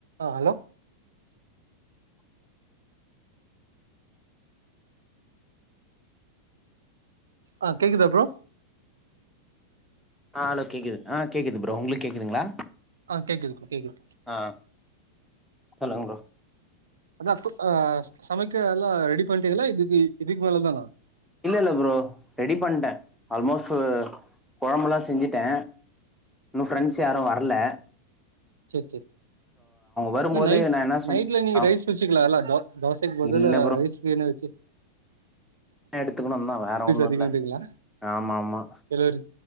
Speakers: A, on the right; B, in the centre.
A: ஆ hello ஆ கேக்குதா bro
B: ஆ அலோ கேக்குது ஆ கேக்குது ப்ரோ உங்ளுக் கேக்குதுங்களா
A: ஆ கேக்குது கேக்குது
B: ஆ ஆ சொல்லுங்க ப்ரோ
A: அதா ஆ சமைக்க எல்லாம் ரெடி பண்ட்டிங்கலா இத் இதி இதுக்கு மேல தானா
B: இல்லல்ல ப்ரோ ரெடி பண்டேன் ஆல்மோஸ்ட்டூ கொழம்புலா செஞ்சுட்டே இன்னு ஃப்ரெண்ட்ஸ் யாரு வர்ல
A: சேர் சேர்
B: வரும்போது
A: ன்ன நைட்
B: நா என்ன சொன்
A: நைட்ல நீங்க
B: ஆ
A: ரைஸ் வெச்சிக்கலால தோ தோசைக்கு பதுலு
B: இல்ல
A: ரைஸ் வேனா வெச்சு <inaudible>
B: எடுத்துக்குணுந்தா வேற ஒன்னுல்ல
A: அதிகன்றீங்களா
B: ஆமாம்மா
A: கெலோரி